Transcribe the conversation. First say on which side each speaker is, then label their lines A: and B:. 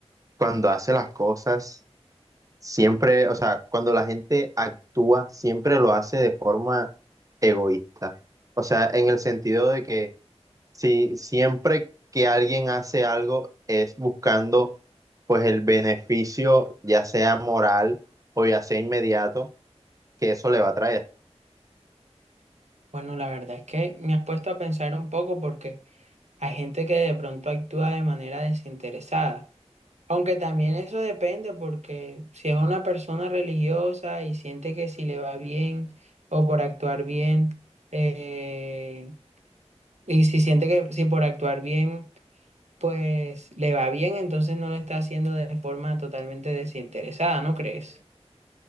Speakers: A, on the right (about 30°); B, on the right (about 80°).
A: cuando hace las cosas siempre, o sea, cuando la gente actúa siempre lo hace de forma egoísta? O sea, en el sentido de que Sí, siempre que alguien hace algo es buscando pues el beneficio, ya sea moral o ya sea inmediato, que eso le va a traer.
B: Bueno, la verdad es que me has puesto a pensar un poco porque hay gente que de pronto actúa de manera desinteresada. Aunque también eso depende porque si es una persona religiosa y siente que si le va bien o por actuar bien, eh, y si siente que si por actuar bien, pues le va bien, entonces no lo está haciendo de forma totalmente desinteresada, ¿no crees?